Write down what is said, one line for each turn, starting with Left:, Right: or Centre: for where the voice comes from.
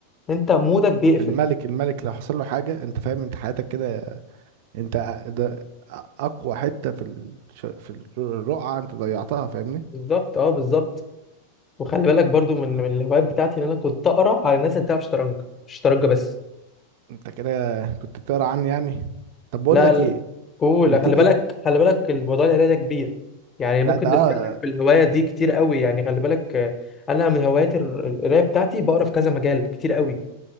Left: أنت مودك بيقفل
Right: الملك الملك لو حصل له حاجه انت فاهم انت حياتك كده انت أ- ده اقوى حته في الش... في الرقعه انت ضيعتها فاهمني
Left: بالظبط اه بالظبط وخلي بالك برضو من من الهوايات بتاعتي ان انا كنت اقرا على الناس اللي بتلعب شطرنج مش شطرنج بس
Right: انت كده كنت بتقرا عني يعني طب بقول
Left: لا
Right: لك
Left: ال-
Right: ايه
Left: قول
Right: ما تيجي
Left: خلي بالك خلي بالك الموضوع القرايه ده كبير يعني ممكن
Right: لا ده
Left: نتكلم
Right: آه
Left: في الهوايه دي كتير قوي يعني خلي بالك آه، انا من هوايات الر- القرايه بتاعتي بقرا في كذا مجال كتير قوي